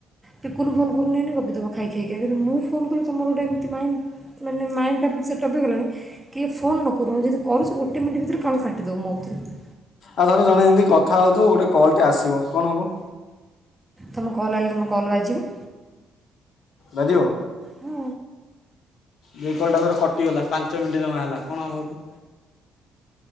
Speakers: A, in the centre; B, on the left.
A: ଟିକନୁ ଫୋନ୍ କରୁନି ଏଇନା ଗପି ଦବ ଖାଇ ଖାଇକା, କିନ୍ତୁ ମୁଁ ଫୋନ୍ କଲେ ତୋମର ଗୋଟେ ଏମିତି ମାଇଣ୍ଡ ମାନେ ମାଇଣ୍ଡ ଟା ସେଟପ୍ ହେଇଗଲାଣି କିଏ ଫୋନ୍ ନ କରୁ ଆଉ ଯଦି କରୁଛି ଗୋଟେ ମିନିଟ୍ ଭିତରେ କାଟିଦବ ମୋ କତୁରୁ।
B: ଆଉ ଧର ଜଣେ ଏମିତି କଥା ହଉଥୁବୁ ଗୋଟେ କଲ୍ ଟେ ଆସିବ କଣ ହବ?
A: ତୋମ କଲ୍ ଆଇଲେ ତୋମ କଲ୍ ବାଜିବ?
B: ବାଜିବ?
A: ହଁ
B: ଏଇ କଲ୍ ଟା ଧର କଟିଗଲା ପାଞ୍ଚ ମିନିଟ୍ ଜମା ହେଲା କଣ ହବ କି?